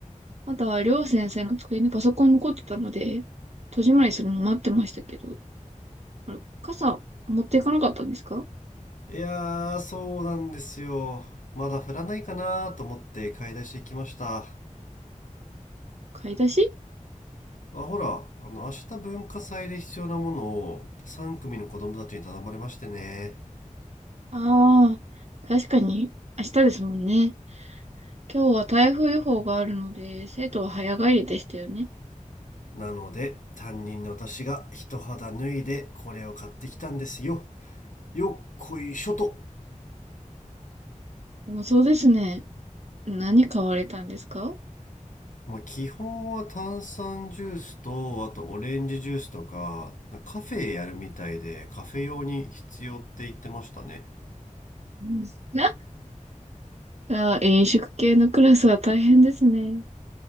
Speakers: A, on the right; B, on the left.
A: まだりょう先生の机にパソコン残ってたので、戸締まりするの待ってましたけど、あれ、傘持っていかなかったんですか
B: いやーそうなんですよまだ降らないかなと思って買い出し行きました
A: 買い出し
B: あ、ほら、あの、明日文化祭で必要なものを3組の子供たちに頼まれましてね。
A: ああー、確かに、明日ですもんね。今日は台風予報があるので、生徒は早帰りでしたよね。
B: なので、担任の私が一肌脱いでこれを買ってきたんですよ。よっこいしょと。
A: もうそうですね。何買われたんですか
B: まあ、基本は炭酸ジュースと、あとオレンジジュースとか、カフェやるみたいで、カフェ用に必要って言ってましたね。
A: うんな、あー、飲食系のクラスは大変ですね。